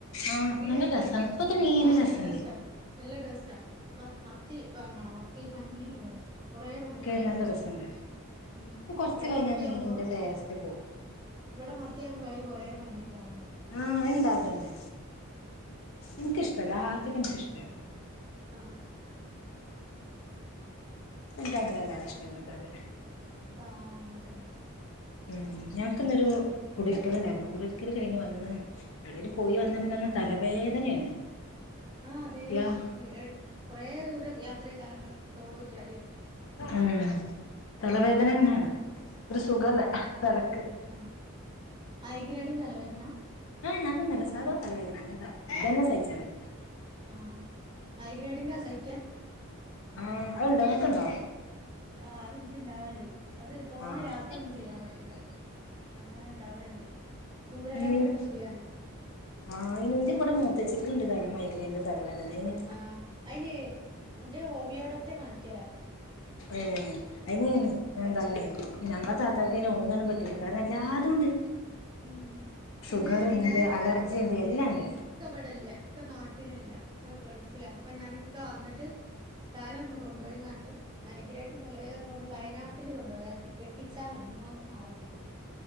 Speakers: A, on the left; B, on the right.
A: ആഹ്
B: ഈ
A: നല്ല
B: ടൈമിന്
A: രസാണ് ഇപ്പത്തെ മീന്
B: ആ നല്ല
A: രസണ്ട്
B: ടേസ്റ്റാ നല്ല ടേസ്റ്റാ മ മത്തി വാങ്ങണം മത്തി പഞ്ഞീന്ണ്ടാവും കൊറേ പഞ്ഞീണ്ടാവും
A: ഒക്കെ നല്ല രസണ്ട്
B: ഉം
A: കൊർച്ച്
B: ഇവിടെ
A: കഴിഞ്ഞാ
B: മത്തി
A: മീന്റെ
B: വാങ്ങുമ്പോ
A: ടേസ്റ്റ് പോവും
B: ഇവിടെ മത്തിയാങ്ങ്ബോ കൊറേ പഞ്ഞീണ്ടാവറുണ്ട്
A: ആ ഇണ്ടാവല്ണ്ട് ഇൻക്കിഷ്ടല്ല അദ്യൊക്കെ നല്ലിഷ്ടാരുന്നു
B: ആഹ
A: ക്ക് അങ്ങനല്ലാത ഇഷ്ടോന്നില്ല
B: <unintelligible> അങ്ങൻതന്നെ
A: ഉം ഞങ്ങൾക്ക്ന്നൊരു കുടിര്ക്കല്ണ്ടായിരുന്നു കുടിര്ക്കല് കഴിഞ്ഞ് വന്ന് എവ്ടേലും പോയി വന്ന പിന്നെ അന്ന് തലവേദനയാണ്
B: അതേ
A: യാ
B: ശെ കൊറേ ദൂരം യാത്രയ്താലൊക്കെ ന്തോര്കാര്യം
A: ഉം തലവേദനന്നേണ് ഒരു സുഖല്ല തലക്ക്
B: മ് മൈഗ്രേഡിന്റെലവേദന
A: ഏയ് അതൊന്നല്ല സാധാ തലവേദന അങ്ങൻത്തെ ഇതെന്നെ
B: ആഹ്
A: സഹിച്ചാ വെ
B: ആഹ് മൈഗ്രേഡിന്റെ സഹി
A: ആഹ് അഹ്ണ്ടൊ ഇങ്ങക്ക്ണ്ടോ
B: ആഹ് അത്ൻക് ഇണ്ടാവൽണ്ട് അത് തോനെ
A: ആഹ് ആഹ്
B: യാത്രന്നും ചെയ്യാൻ പറ്റൂല അങ്ങനെണ്ടാവൽണ്ട് ദൂരയാത്രൊക്കെചെയ്യാന്
A: ഉം ആഹ് അയ്ന് ന്റെവ്ടെ മൂത്തച്ചിക്ക്ണ്ട് തല മൈഗ്രയിന്റെ തലവേദനയിന്
B: ആഹ് അയിന് ന്റഹ് ഹോമിയോഡോക്റ്റെ കാണിക്കല
A: ഏ അയിന് എന്താണ്
B: കുടിക്കല്ണ്ട്
A: ഞങ്ങളെ താത്താക്കയ്ന് ഹോമിയോന്നു പറ്റൂല കാരണല്ലാതുണ്ട്
B: ഉം പിന്നെ
A: ഷുഗറ്ണ്ട്
B: ഞാന്
A: അലർജിണ്ട്
B: ഈ
A: എല്ലാണ്ട്
B: ഇക്ക ഇവ്ടെല്ല ഇ ക്ക നാട്ടിലല്ല ഇക്ക ഗൾഫില അപ്പൊ ഞാന് ഇക്ക വന്നിട്ട് തല ഒന്നു കൊണ്ടോയിങ്ങാണ്ട് മൈഗ്രേന്റെ തലവേദനള്ളോണ്ട് വയനാട്ടിൽ കൊണ്ടൊയാതി കെട്ടിച്ചാമതി ഇന്നാ മാറിക്കിട്ടും